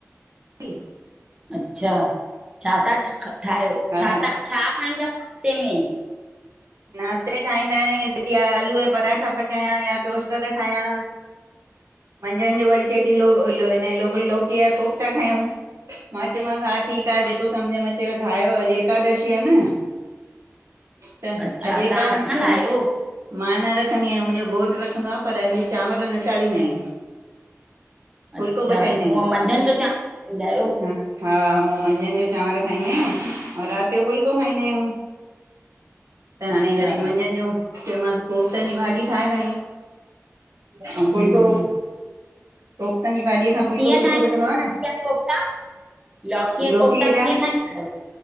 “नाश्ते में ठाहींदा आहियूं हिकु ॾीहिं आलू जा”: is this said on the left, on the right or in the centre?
Right